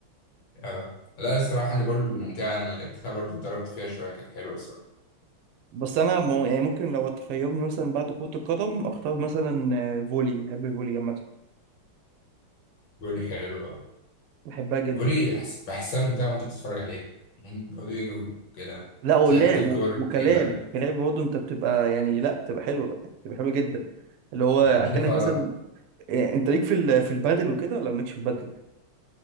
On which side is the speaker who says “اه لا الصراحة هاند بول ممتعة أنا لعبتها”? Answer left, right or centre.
Left